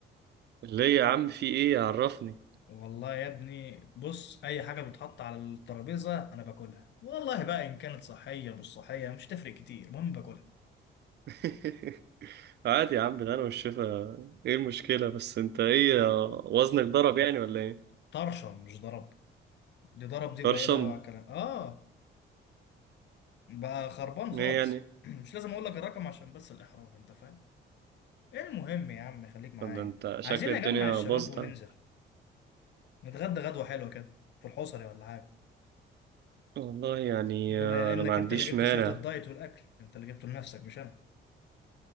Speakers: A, on the right; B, on the left.
A: ليه يا عم في ايه عرفني
B: والله يا ابني بص اي حاجه بتتحط على الترابيزه انا باكلها والله بقى ان كانت صحيه مش صحيه مش تفرق كتير المهم باكلها
A: <laughs> عادي يا عم ده انا والشفا ايه المشكلة بس انت ايه آه، وزنك ضرب يعني ولا ايه؟
B: طرشه مش ضرب دي ضرب دي
A: برشم
B: قليله قوي على الكلام اه بقى خربان خالص
A: ايه يعني؟
B: <clears throat> مش لازم اقول لك الرقم عشان بس الاحراج انت فاهم المهم يا عم خليك معايا
A: طب ده انت شكل
B: عايزين نجمع
A: الدنيا
B: الشباب
A: باظت
B: وننزل
A: عندك.
B: نتغدى غدوة حلوة كده في الحصري ولا حاجة
A: والله يعني
B: بما
A: آه، انا
B: انك
A: ما عنديش
B: انت اللي جبت
A: مانع
B: سيرة الدايت والاكل انت اللي جبته لنفسك مش انا